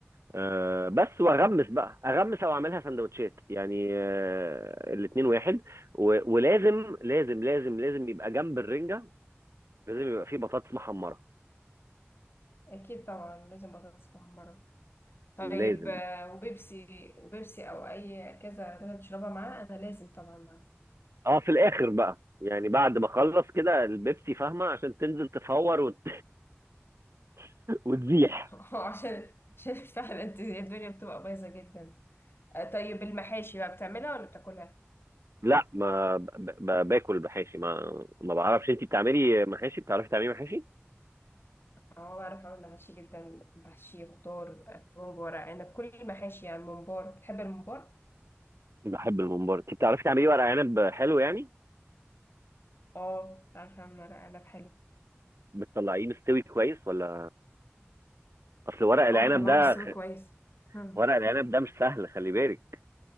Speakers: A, on the right (about 75°); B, on the left (about 55°).
A: آه بس واغمس بقى اغمس او اعملها سندوتشات يعني آه الاتنين واحد و- ولازم لازم لازم لازم يبقى جنب الرنجه لازم يبقى فيه بطاطس محمره
B: اكيد طبعا لازم بطاطس محمره طيب
A: لازم
B: آه، وبيبسي وبيبسي او اي كذا اللي انا بشربها معاه انا لازم طبعا معاه
A: اه في الاخر بقى يعني بعد ما اخلص كده البيبسي فاهمه عشان تنزل تفور وت... <laughs> وتزيح
B: <laughs> عشان عشان فعلا انت- الدنيا بتبقى بايظه جدا آه، طيب المحاشي بقى بتعملها ولا بتاكلها؟
A: لا ما ب... ب... باكل محاشي ما ما بعرفش انت بتعملي محاشي بتعرفي تعملي محاشي
B: اه بعرف اعمل محاشي جدا محشي خضار آه، كرنب ورق عنب كل المحاشي يعني ممبار بتحب الممبار؟
A: بحب الممبار انت بتعرفي تعملي ورق عنب حلو يعني
B: اه عارفة اعمل ورق عنب حلو
A: بتطلعيه مستوي كويس ولا اصل ورق العنب
B: اه بطلعه
A: ده
B: مستوي
A: خ...
B: كويس هم.
A: ورق العنب ده مش سهل خلي بالك